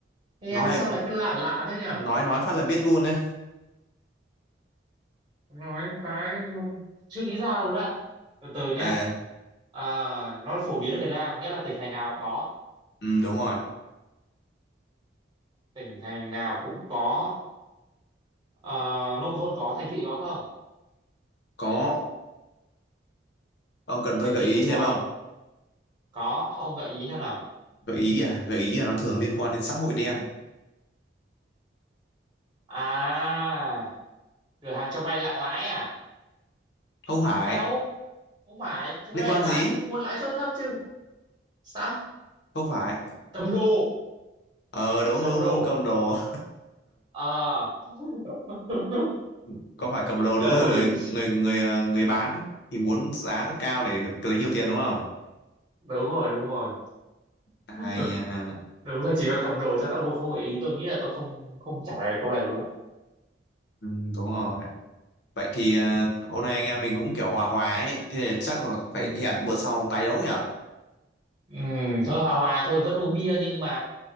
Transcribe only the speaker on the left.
nói
nói nói phát là biết luôn á
à,
ừ, đúng rồi
có ông cần tôi
gợi
ý
thêm
không
gợi ý à gợi ý là nó thường liên quan đến xã hội đen
không phải
liên
quan
gì
không phải
ờ đúng
đúng
đúng cầm đồ
<laughs> có phải cầm đồ đúng
là người người người ờ, người bán thì muốn giá thật cao để được lấy nhiều tiền đúng không
hay
nha
Ừ, đúng rồi. Vậy thì à, hôm nay anh em mình cũng kiểu hòa hòa ấy, thế thì chắc là
phải hẹn bữa sau tái đấu nhỉ?